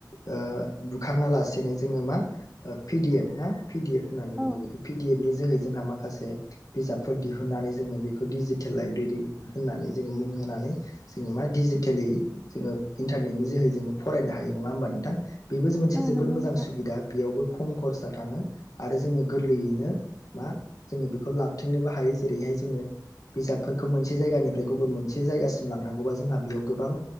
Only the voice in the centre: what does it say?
औ
औ
नंगौ
नोंथां